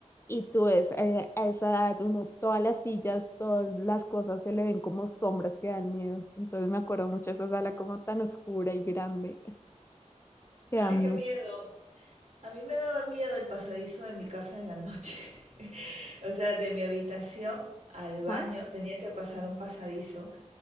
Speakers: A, on the left; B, on the right.
A: y tú ves, eh, a esa edad uno, todas las sillas, todas las cosas se le ven como sombras que dan miedo. Entonces me acuerdo mucho de esa sala como tan oscura y grande <laughs> que
B: ay,
A: da miedo.
B: qué miedo. A mí me daba miedo el pasadizo de mi casa en la noche. <laughs> O sea, de mi habitación al baño
A: Ajá.
B: tenía que pasar un pasadizo